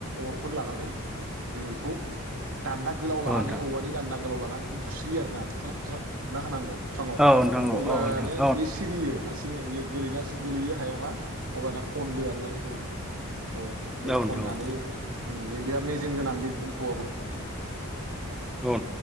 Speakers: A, on the right; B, in the centre.
A: अरफोर लानानै जों बेखौ दान्दा गोलाव लानानै
B: औ
A: औवानि दान्दा गोलाव लानानै बा बेखौ बुस्रियो आरो ना स्राब स्राब बुना होनांगौ। बिफाङाव
B: नोंथां औ नोंथां
A: अगानो
B: औ नोंथां औ नोंथां औ
A: बेयो सिरियो हारसिङै बेयो गोलैना गोलैयो हायावहा अब्लाना खनदो आरो ना बेखौ औ बे
B: नोंथां
A: खननानै
B: औ नोंथां औ नोंथां औ
A: <unintelligible> मेजेम गोनां बे एम्फौआबो
B: औ